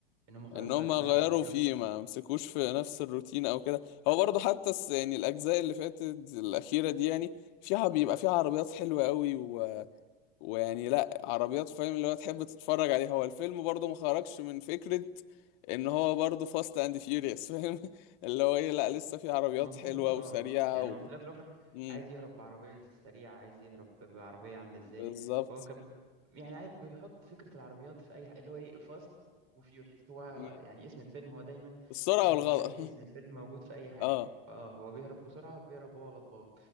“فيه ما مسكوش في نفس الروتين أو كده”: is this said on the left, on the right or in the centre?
Left